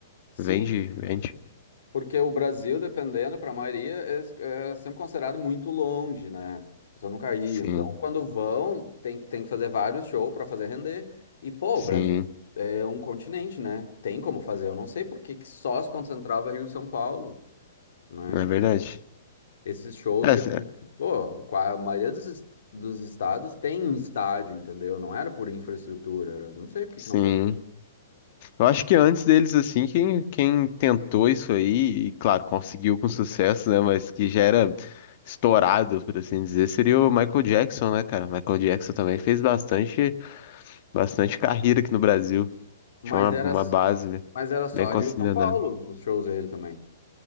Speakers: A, on the left; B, on the left.
A: Sim,
B: Vende, vende.
A: Porque o Brasil, dependendo, para a maioria, é, é sempre considerado muito longe, né? As pessoas nunca iam.
B: Sim,
A: Então, quando vão, tem, tem que fazer vários shows para fazer render. E, pô,
B: sim,
A: o Brasil é um continente, né? Tem como fazer. Eu não sei por que que só se concentrava Rio e São Paulo, né?
B: é
A: Tipo,
B: verdade.
A: esses shows
B: É,
A: grandes.
B: cê-
A: Pô, o qua- a maioria dos, es- dos estados tem um estádio, entendeu? Não era por infraestrutura. Era, não sei por que
B: sim.
A: que não fazia.
B: Eu acho que antes deles, assim, quem, quem tentou isso aí, e claro, conseguiu com sucesso, né? Mas que já era estourado, por assim dizer, seria o Michael Jackson, né, cara? Michael Jackson também fez bastante, bastante carreira aqui no Brasil.
A: Mas
B: Tinha uma, uma
A: era,
B: base né,
A: mas era só
B: bem considerada.
A: Rio e São Paulo, os shows dele também.